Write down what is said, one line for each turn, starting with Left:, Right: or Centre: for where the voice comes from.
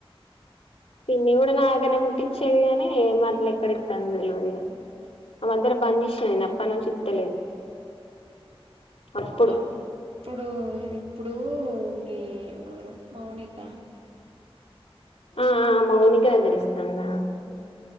Left: పిన్ని కూడా నా దగ్గరనే కుట్టిచ్చేది కానీ మళ్ళ ఎక్కడ ఇత్తందో తెలవదిగా. ఆ మధ్యల బన్చేశినా నేను అప్పనుంచి. తెలియదు అప్పుడు
Right: అప్ ఇప్పుడు ఇప్పుడు మీ ఎవరు మౌనిక
Left: ఆఆ మౌనిక దగ్గర ఇస్తాందా.